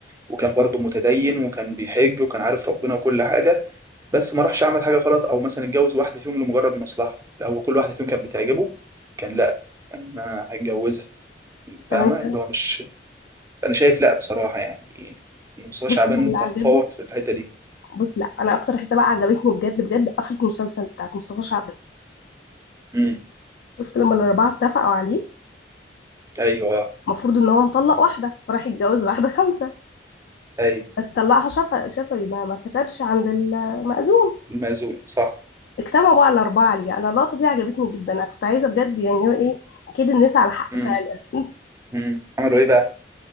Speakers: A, on the right; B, on the left.
A: وكان برضه متدين وكان بيحج وكان عارف ربنا وكل حاجة بس ما راحش عمل حاجة غلط أو مثلا اتجوز واحدة فيهم لمجرد مصلحة لا هو كل واحدة فيهم كانت بتعجبه كان لا أنا هتجوزها
B: طب
A: فاهمة
B: انت
A: اللي هو مش أنا شايف لا بصراحة يعني مصطفى
B: بص
A: شعبان
B: هو اللي
A: تفوق
B: عجبني
A: في الحتة دي
B: بص لا انا اكتر حته بقى عجبتني بجد بجد قفله المسلسل بتاعت مصطفى شعبان
A: امم
B: شفت لما الاربعه اتفقوا عليه
A: أيوه
B: المفروض ان هو مطلق واحده فراح يتجوز واحده خمسه
A: أيوه
B: بس طلقها شفا شفوي ما, ما كتبش عند المأذون
A: المأذون صح
B: اجتمعوا بقى الأربعة ليه أنا اللقطة دي عجبتني جدا أنا كنت عايزة بجد يعني إيه كده الناس على حق
A: امم
B: فعلا <laughs>
A: امم عملوا إيه بقى؟